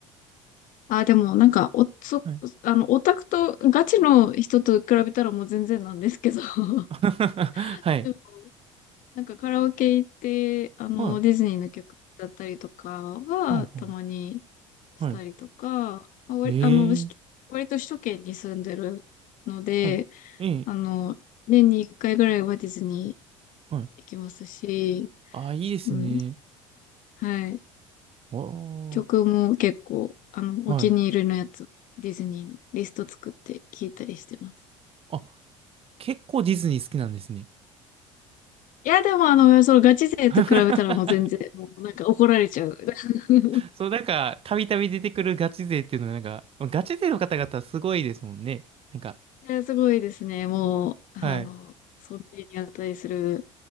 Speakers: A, on the left (about 50°); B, on the right (about 35°).
A: あ、でもなんか、お、そ、
B: はい。
A: あの、オタクと、ガチの人と比べたらもう全然なんですけど、<laughs>
B: <laughs> はい。
A: でも、なんかカラオケ行って、あの、
B: はい。
A: ディズニーの曲だったりとかは、
B: はんはん
A: たまにしたりとか、
B: はい。
A: まあ、割あの、
B: ええ
A: し割と首都圏に住んでるので、
B: はい。ええ
A: あの、年に1回ぐらいはディズニ
B: はい。
A: ー行きますし、
B: あ、いいですね。
A: うん、はい。
B: おー。
A: 曲も結構、あの、
B: はい。
A: お気に入りのやつ、ディズニーのリスト作って聴いたりしてます。
B: あ、結構ディズニー好きなんですね。
A: いや、でもあの、そのガチ勢と比べたらもう全然、
B: <laughs>
A: もうなんか怒られちゃう。<laughs>
B: そう、なんか、たびたび出てくるガチ勢っていうのは、なんか、ガチ勢の方々すごいですもんね。なんか、
A: いや、すごいですね。もう、あの、
B: はい。
A: 尊敬に値する。